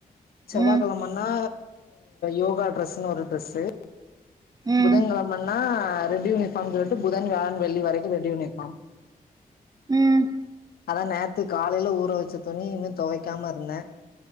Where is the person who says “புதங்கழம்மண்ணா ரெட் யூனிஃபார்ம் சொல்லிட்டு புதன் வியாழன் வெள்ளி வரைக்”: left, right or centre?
Left